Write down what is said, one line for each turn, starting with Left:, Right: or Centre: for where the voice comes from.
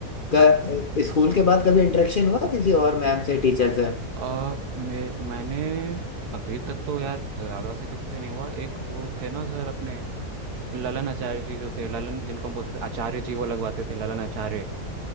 Left: क- स्कूल के बाद कभी इंटरेक्शन हुआ किसी और मैम से टीचर से
Right: आ, मैं मैंने अभी तक तो यार ज़्यादा से किसी से नहीं हुआ एक वो थे ना सर अपने ललन आचार्य जी जो थे ललन जिनको हम बोलते थे आचार्य जी वो लगवाते थे ललन आचार्य